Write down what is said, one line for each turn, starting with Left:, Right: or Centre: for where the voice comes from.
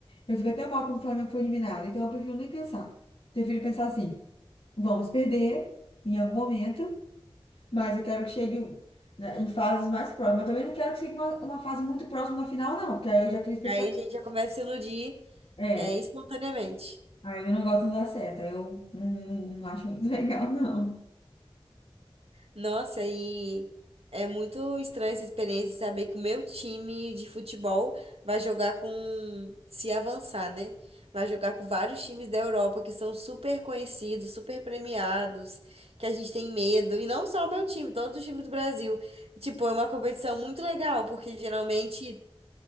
Left: Eu fico até mal quando o Flamengo foi eliminado. Então eu prefiro nem pensar. Prefiro pensar assim, vamos perder em algum momento, mas eu quero que chegue um, né, em fases mais próximas. Eu também não quero que chegue uma, uma fase muito próxima da final, não, porque aí eu já crio expectativa.
Right: Aí a gente já começa a se iludir
Left: É,
Right: é, espontaneamente.
Left: aí eu não gosto de dar certo, aí eu não, não, não acho muito <laughs> legal, não.
Right: Nossa, e é muito estranha essa experiência de saber que o meu time de futebol vai jogar com, se avançar, né? Vai jogar com vários times da Europa que são super conhecidos, super premiados, que a gente tem medo. E não só o meu time, todo o time do Brasil. Tipo, é uma competição muito legal, porque geralmente